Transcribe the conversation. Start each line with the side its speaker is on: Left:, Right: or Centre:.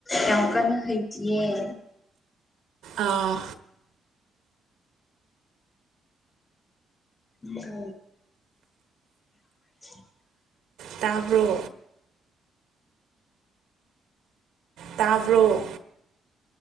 Left: ꯌꯥꯝ ꯀꯟꯅ ꯍꯩꯇꯌꯦ
Right: ꯑꯥ
Left: ꯌꯥ <inaudible>
Right: ꯇꯥꯕ꯭ꯔꯣ ꯇꯥꯕ꯭ꯔꯣ